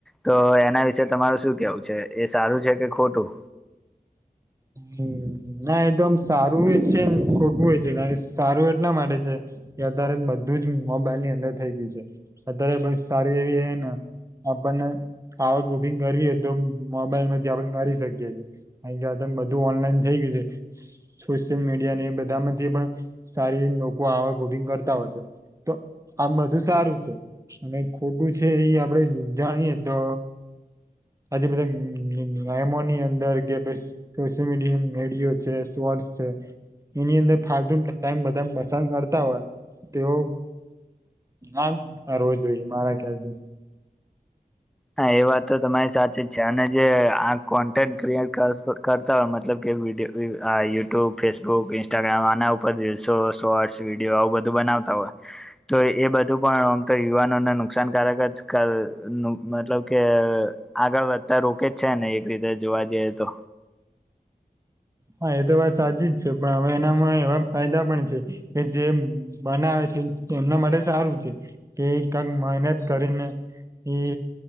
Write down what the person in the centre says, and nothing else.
તો એના વિશે તમારું શું કેવું છે એ સારું છે કે ખોટું
હા એ વાત તો તમારી સાથે જ છે અને જે આ કોન્ટેન્ટ ક્રિએટ કરતા હોય મતલબ કે વિડીયો યુટ્યુબ ફેસબુક ઇન્સ્ટાગ્રામ આના ઉપર રીલ્સો શોર્ટ્સ વિડીયો આવું બધું બનાવતા હોય. તો એ બધું પણ આમ તો યુવાનોને નુકસાનકારક જ મતલબ કે આગળ વધતા રોકે જ છે ને એક રીતે જોવા જઈએ તો